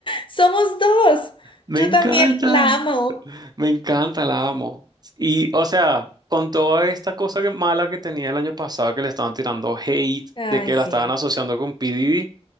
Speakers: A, on the left (about 45°); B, on the right (about 35°).
A: Somos dos.
B: Me
A: Yo
B: encanta,
A: también la amo.
B: me encanta, la amo. Y, o sea, con toda esta cosa que- mala que tenía el año pasado, que le estaban tirando hate,
A: Ay,
B: de que
A: sí.
B: la estaban asociando con P. Diddy,